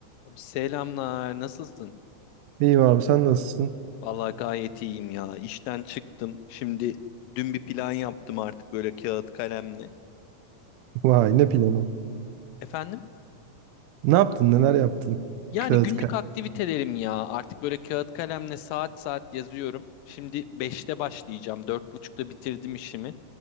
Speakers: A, on the left; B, on the right.
A: Abi Selamlar, nasılsın?
B: İyiyim abi sen nasılsın?
A: Vallahi gayet iyiyim ya. İşten çıktım. Şimdi dün bir plan yaptım artık böyle kağıt kalemle.
B: <laughs> Vay ne planı.
A: Efendim?
B: Ne yaptın neler yaptın?
A: Yani
B: Kağıt
A: günlük
B: kağıt.
A: aktivitelerim ya. Artık böyle kağıt kalemle saat saat yazıyorum. Şimdi beşte başlayacağım. dört buçukta bitirdim işimi.